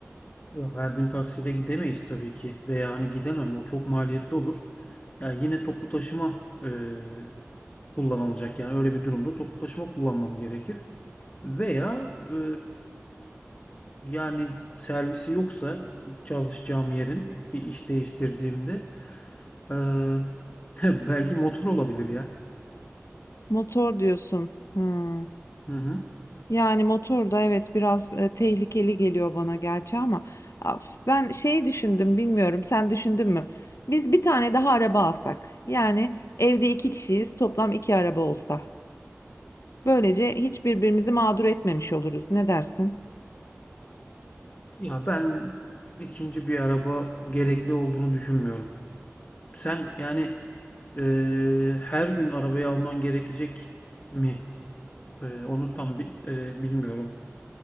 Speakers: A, on the left (about 35°); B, on the left (about 75°).
A: Ya her gün taksiyle gidemeyiz tabii ki veya hani gidemem o çok maliyetli olur. Ya yine toplu taşıma eee, kullanılacak yani öyle bir durumda toplu taşıma kullanmam gerekir. Veya e, Yani servisi yoksa çalışacağım yerin bir iş değiştirdiğimde eee, <laughs> belki motor olabilir ya.
B: Motor diyorsun. Hıı.
A: Hı hı.
B: Yani motor da evet biraz, eee, tehlikeli geliyor bana gerçi ama af ben şeyi düşündüm, bilmiyorum sen düşündün mü? Biz bir tane daha araba alsak, yani evde 2 kişiyiz, toplam 2 araba olsa. Böylece hiç birbirimizi mağdur etmemiş oluruz. Ne dersin?
A: Ya ben ikinci bir araba gerekli olduğunu düşünmüyorum. Sen yani eee, her gün arabayı alman gerekecek mi? Eee, onu tam bi- eee, bilmiyorum.